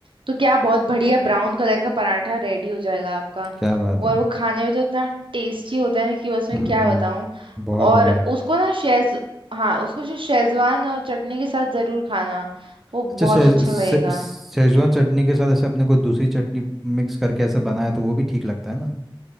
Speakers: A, on the right; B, in the centre.
A: तो क्या बहुत बढ़िया ब्राउन कलर का पराठा रेडी हो जाएगा आपका
B: क्या बात
A: और
B: है
A: वो खाने में तो इतना टेस्टी होता है कि बस मैं
B: हम्म
A: क्या बताऊं
B: बहुत
A: और
B: बढ़िया
A: उसको ना शेज हाँ उसको शे- शेजवान और चटनी के साथ जरूर खाना वो बहुत
B: अच्छा से,
A: अच्छा
B: से,
A: लगेगा
B: सेजवान चटनी के साथ ऐसे अपने को दूसरी चटनी मिक्स करके ऐसे बनाया तो वो भी ठीक लगता है ना